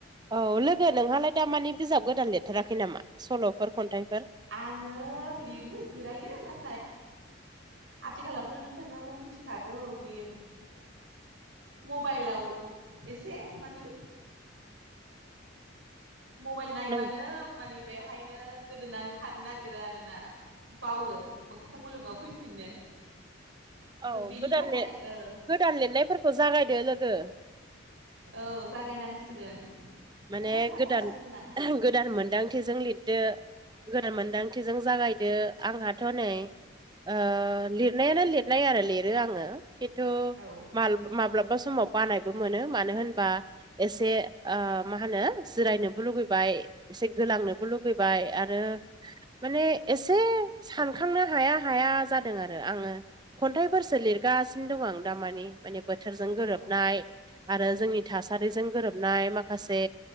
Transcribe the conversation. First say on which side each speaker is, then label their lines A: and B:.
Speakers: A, on the right (about 20°); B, on the right (about 70°).
A: औ लोगो नोंहालाय दा मानिे बिजाब गोदान लिरथाराखै नामा सल'फोर खन्थाइफोर
B: आङो लिरनो जिरायो ना आथिखालावथ' नोंथाङाबो मिथिखागौ बे मबाइलाव एसे मानि मबाइल नायबानो
A: नों
B: मानिे बेवहायनो गोदोनानै थानो नागिरो आरोना बावो मोोगथां मुलुगाव फैफिननो
A: औ
B: थ' बेनि
A: गोदान
B: थाखाय ओ
A: गोदान लिरनायफोरखौ जागायदो लोगो
B: औ जागायनांसिगोन
A: माने
B: बेखौनो सानगासिनोमोन
A: गोदान
B: आं
A: गोदानमोन मोनदांथिजों लिरदो गदान मोनदांथिजों जागायदो आंहाथ' नै ओ लिरनायानो लिरनाय आरो लिरो आङो खिन्थु
B: औ
A: माल माब्लाबा समाव बानायबो मोनो मानो होनबा एसे मा होनो जिरायनोबो लुगैबाय एसे गोलांनोबो लुगैबाय आरो माने एसे सानखांनो हाया हाया जादों आरो आङो खन्थाइफोरसो लिरगासिनो दं आं दामानि माने बोथोरजों गोरोबनाय
B: औ
A: आरो जोंनि थासारिजों गोरोबनाय माखासे